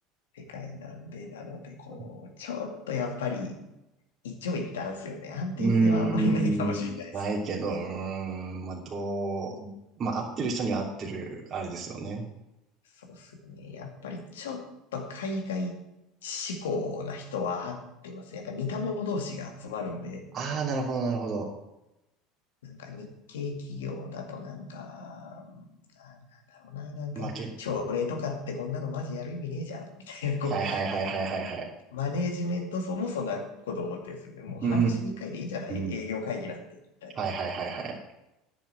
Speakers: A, on the left; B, on the right.
A: 世界なんで、なのでこう、
B: <laughs>
A: ちょっとやっぱり一長一短っすよね。安定性はあんまりないかもしれないです。
B: うーん。ないけど、うーん。まあ、どう、まあ、合ってる人には合ってる、あれですよね。
A: そうっすね。やっぱりちょっと海外志向な人は合ってます。やっぱ似た者同士が集まるんで、
B: ああ、なるほどなるほど。
A: なんか日系企業だとなんか、ななんだろうな、なんか、
B: まあ、け、
A: 朝礼とかってこんなのマジやる意味ねえじゃん、みたいな、こう、
B: はいはいはいはいはいはい。
A: マネージメント層もそんなこと思ってるんですよね。もう半年に一回でいいんじゃない営業会議なんて、
B: うーん。
A: みたいな。
B: はいはいはいはい。